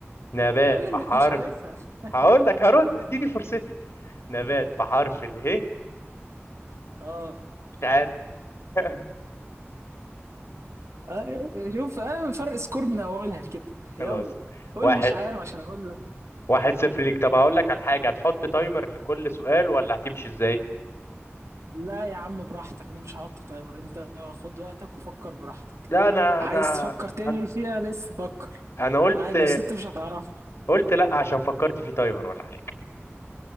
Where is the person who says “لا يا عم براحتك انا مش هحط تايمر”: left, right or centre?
Right